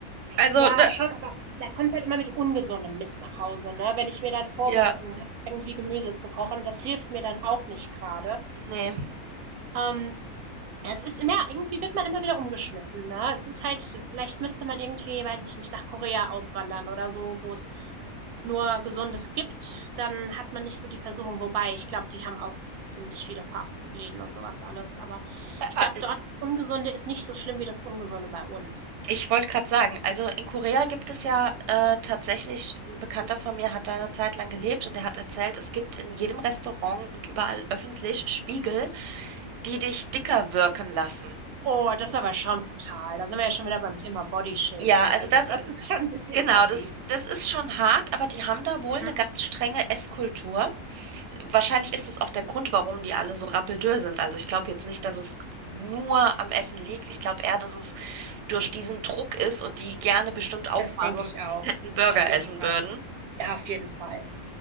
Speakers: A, on the right; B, on the right.
A: Also,
B: ja,
A: da,
B: schon, aber der kommt halt immer mit ungesundem Mist nach Hause, ne? Wenn ich mir dann vorgesonnen
A: ja,
B: habe, irgendwie Gemüse zu kochen, das hilft mir dann auch nicht gerade.
A: nee.
B: Ähm, Es ist immer, irgendwie wird man immer wieder umgeschmissen, ne? Es ist halt, vielleicht müsste man irgendwie, weiß ich nicht, nach Korea auswandern oder so, wo es nur Gesundes gibt, dann hat man nicht so die Versuchung. Wobei, ich glaube, die haben auch ziemlich viele Fastfood-Läden und sowas alles. Aber
A: Ä-
B: ich glaube, dort das Ungesunde ist nicht so schlimm wie das Ungesunde bei uns.
A: Ich wollte gerade sagen, also in Korea gibt es ja äh, tatsächlich, ein Bekannter von mir hat da eine Zeit lang gelebt und der hat erzählt, es gibt in jedem Restaurant und überall öffentlich Spiegel, die dich dicker wirken lassen.
B: Oh, das ist aber schon brutal. Da sind wir ja schon wieder beim Thema Bodyshaming.
A: Ja, also
B: Also,
A: das,
B: das ist schon ein bisschen
A: genau,
B: assi.
A: das, das ist schon hart, aber die haben da wohl
B: Mhm.
A: eine ganz strenge Esskultur. Wahrscheinlich ist das auch der Grund, warum die alle so rappeldürr sind. Also ich glaube jetzt nicht, dass es nur am Essen liegt. Ich glaube eher, dass es durch diesen Druck ist und die gerne bestimmt auch
B: Das
A: mal
B: denke
A: so einen
B: ich auch.
A: fetten Burger
B: Auf jeden
A: essen
B: Fall.
A: würden.
B: Ja, auf jeden Fall.